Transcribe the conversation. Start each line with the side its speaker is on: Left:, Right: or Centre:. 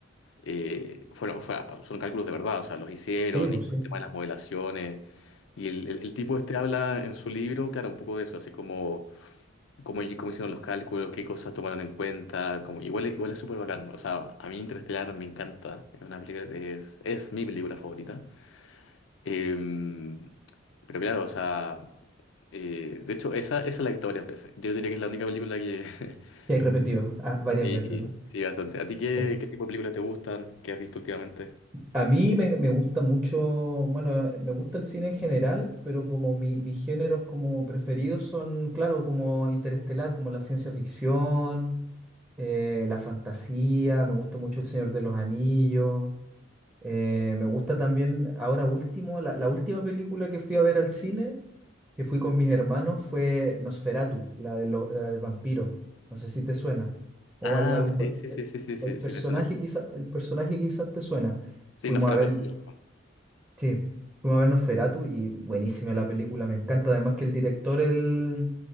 Left: eh, fueron, fue- son cálculos de verdad, o sea, los hicieron,
Right: Sí, pues
Left: y el
Right: sí.
Left: tema de las modelaciones. Y el, el- el tipo este habla en su libro, claro, un poco de eso, así como cómo, cómo hicieron los cálculos, qué cosas tomaron en cuenta, como, igual, igual es súper bacán, ¿no? o sea, a mí Interestelar me encanta, es una película, es, es mi película favorita. Em, pero claro, o sea, eh, de hecho, esa, esa es la victoria, pues. Yo diría que es la única película que... <laughs>
Right: Que hay repetido ah, varias
Left: Sí,
Right: veces, ¿no?
Left: sí, bastante. ¿A ti qué,
Right: Es
Left: qué tipo de películas te gustan? ¿Qué has visto últimamente?
Right: A mí me, me gusta mucho, bueno, eh, me gusta el cine en general, pero como mi, mis géneros como preferidos son, claro, como Interestelar, como la ciencia ficción, eh, la fantasía, me gusta mucho El Señor de los Anillos, eh, me gusta también, ahora último, la, la última película que fui a ver al cine, que fui con mis hermanos, fue Nosferatu, la, de lo- la del vampiro, no sé si te suena, o
Left: Ah,
Right: al- a, lo mejor
Left: sí, sí,
Right: eh,
Left: sí, sí, sí, sí,
Right: el personaje
Left: sí, me suena.
Right: quizá, el personaje quizás te suena.
Left: Sí,
Right: Fuimos
Left: Nosferatu
Right: a ver
Left: es
Right: Sí, fuimos a ver Nosferatu y buenísima la película, me encanta. Además que el director el-